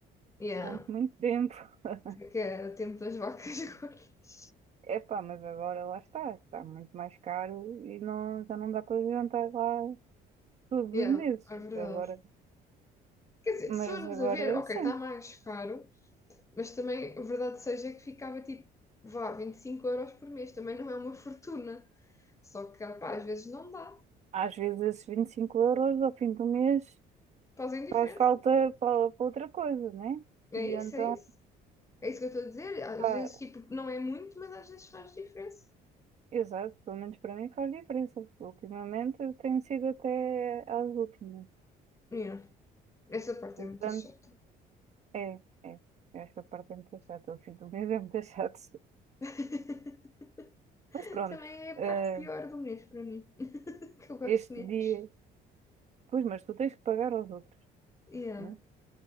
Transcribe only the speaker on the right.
durante muito tempo. <laughs>
Epá, mas agora lá está, está muito mais caro e não, já não dá para jantar lá todos os
meses.
Agora,
mas
agora
sim.
Às vezes esses 25 euros ao fim do mês
faz falta para, para outra coisa, né?
E então,
pá,
exato, pelo menos para mim faz diferença. Ultimamente eu tenho sido até às últimas.
Portanto,
é, é. Esta parte é muito chata, o fim do mês é muito <laughs> chato.
Mas pronto,
eh,
este
dia, pois, mas tu tens que pagar aos outros,
né?